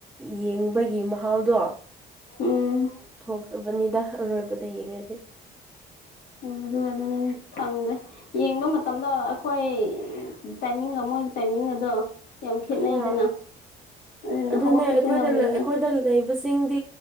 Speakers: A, in the centre; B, on the left (about 70°).
A: ꯌꯦꯡꯕꯒꯤ ꯃꯍꯥꯎꯗꯣ
B: ꯎꯝ
A: ꯊꯣꯛꯇꯕꯅꯤꯗ ꯑꯔꯣꯏꯕꯗ ꯌꯦꯡꯉꯒꯦ
B: ꯎꯝ ꯑꯗꯨꯗꯨꯅꯅ‌ꯦ ꯁꯪꯗꯦ ꯌꯦꯡꯕ ꯃꯇꯝꯗ ꯑꯩꯈꯣꯏ ꯇꯥꯏꯃꯤꯡ ꯑꯃ ꯇꯥꯏꯃꯤꯡ ꯑꯗꯣ ꯌꯥꯝ ꯈꯦꯠꯅꯩꯗꯅ
A: ꯍꯥ
B: ꯑꯗꯨꯅ
A: ꯑꯗꯨꯅꯦ
B: ꯍꯧꯒꯠꯄꯁꯦ
A: ꯑꯩꯈꯣꯏꯗ
B: ꯉꯝꯗ‌ꯦꯅꯦ
A: ꯑꯩꯈꯣꯏꯗ ꯂꯩꯕꯁꯤꯡꯗꯤ